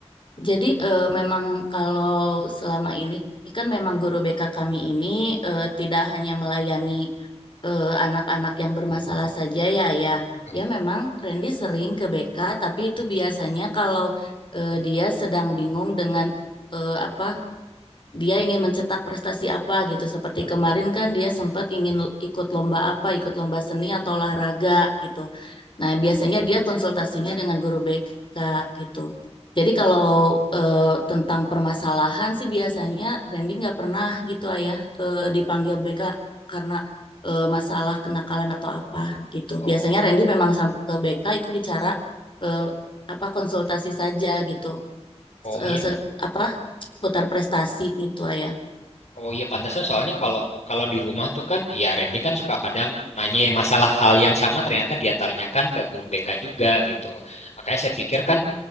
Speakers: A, on the left (about 45°); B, on the left (about 85°).
A: Jadi eh, memang kalau selama ini kan memang guru BK kami ini eh, tidak hanya melayani eh, anak-anak yang bermasalah saja ya ya.
B: Oh,
A: Ya memang Randy sering ke BK tapi itu biasanya kalau eh, dia sedang bingung dengan eh, apa dia ingin mencetak prestasi apa gitu. Seperti kemarin kan dia sempat ingin ikut lomba apa, ikut lomba seni atau olahraga gitu. Nah, biasanya dia konsultasinya dengan guru BK gitu. Jadi kalau eh, tentang permasalahan sih biasanya Randy nggak pernah gitu ayah eh, dipanggil BK karena eh, masalah kenakalan atau apa gitu.
B: oh,
A: Biasanya Randy memang sam- ke BK itu bicara eh, apa konsultasi saja gitu
B: oh,
A: se-
B: iya.
A: eh, se- apa seputar prestasi gitu ya
B: Oh iya pantasnya soalnya kalau kalau di rumah tuh kan ya Randy kan suka kadang nanya ya masalah hal yang sama ternyata dia tanyakan ke guru BK juga gitu. Makanya saya pikir kan